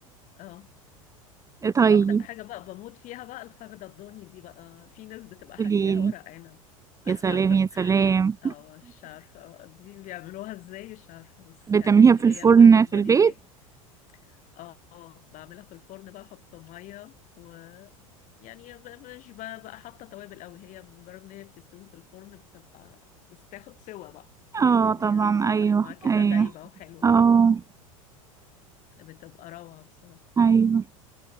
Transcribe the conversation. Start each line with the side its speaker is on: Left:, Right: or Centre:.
Left: اه بس
Right: آه، طيب
Left: واكتر حاجة بقى بموت فيها بقى الفخدة الضاني دي بقى في ناس بتبقى حشيها
Right: قولي
Left: ورق
Right: لي
Left: عنب <laughs>
Right: يا سلام يا سلام
Left: اه مش عارفة بقى دي بيعملوها ازاي مش عارفة بس
Right: بتعمليها
Left: يعني
Right: في الفرن
Left: هي الفخدة الضاني
Right: في البيت
Left: دي اه آه، بعملها في الفرن بقى احط مية و يعني ب- مش بقى, بقى حاطة توابل قوي هي مجرد ان هي بتستوي في الفرن بتبقى بس تاخد سوا بقى
Right: اه
Left: بحيث ان هي
Right: طبعا
Left: تبقى اللحمة
Right: ايوه
Left: كده
Right: ايوه
Left: دايبة وحلوة
Right: اه
Left: بتبقى روعة بصراحة
Right: ايوه